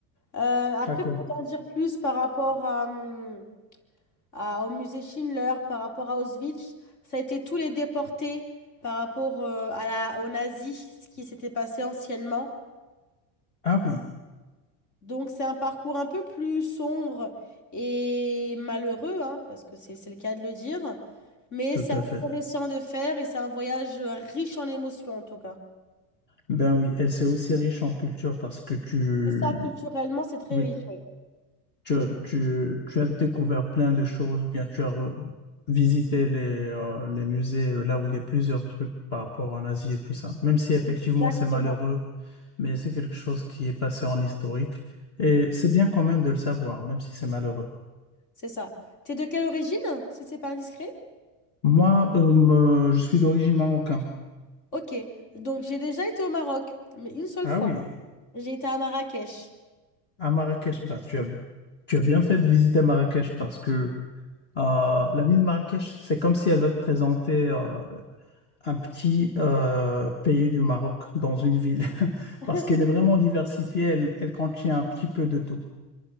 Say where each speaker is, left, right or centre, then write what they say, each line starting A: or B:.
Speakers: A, on the left; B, on the left.
A: Euh, après,
B: Krakow.
A: pour t'en dire plus par rapport à, hum, à- au musée Schindler, par rapport à Auschwitz, ça a été tous les déportés par rapport euh, à la, aux nazis, ce qui s'était passé anciennement.
B: Ah oui.
A: Donc c'est un parcours un peu plus sombre et malheureux, hein, parce que c'est c'est le cas de le dire, mais
B: Tout
A: c'est
B: à fait.
A: intéressant de faire et c'est un voyage riche en émotions en tout cas.
B: Ben oui, et c'est aussi riche en culture parce que tu,
A: Et ça, culturellement, c'est très
B: oui,
A: riche, oui.
B: tu, tu, tu as découvert plein de choses, ou bien tu as re- visité les, euh, les musées euh, là où il y a plusieurs trucs par rapport en Asie et tout ça. Même si effectivement
A: Exactement,
B: c'est malheureux, mais c'est quelque chose qui est passé en historique. Et c'est bien quand même de le savoir, même si c'est malheureux.
A: c'est ça. T'es de quelle origine, si c'est pas indiscret?
B: Moi, euh, me- je suis d'origine marocaine.
A: Ok, donc j'ai déjà été au Maroc, mais une seule
B: Ah
A: fois.
B: oui,
A: J'ai été à Marrakech.
B: à Marrakech, bah, tu as, tu as bien fait de visiter Marrakech parce que Euh, la ville de Marrakech, c'est comme si elle veut te présenter euh, un petit euh, pays du Maroc dans une ville, <laughs>
A: <laughs>
B: parce qu'elle est vraiment diversifiée, elle, elle contient un petit peu de tout.